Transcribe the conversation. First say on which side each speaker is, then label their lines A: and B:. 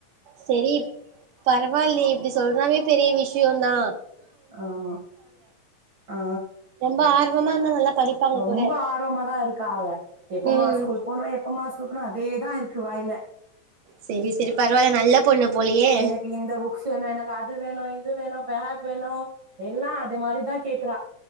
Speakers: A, on the right (about 80°); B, on the right (about 35°).
A: சேரி பரவால்லியே இப்டி சொல்றதே பெரிய விஷயோ தா
B: ஆமா ஆ
A: ரொம்ப ஆர்வமா இருந்தா நல்லா படிப்பாங்க
B: ரொம்போ
A: கூட
B: ஆர்வமா தா இருக்கா அவ எப்பமா
A: ம்
B: ஸ்கூலுக் போனோ எப்பமா ஸ்கூலுக் போனு அதே தா இருக்கு வாயில
A: சேரி சேரி பரவால்ல நல்ல பொண்ணு போலயே
B: எனக்கு இந்த புக்ஸ் வேணு எனக்கு அது வேணு இது வேணு பேக் வேணு எல்லா அது மாரி தா கேக்குறா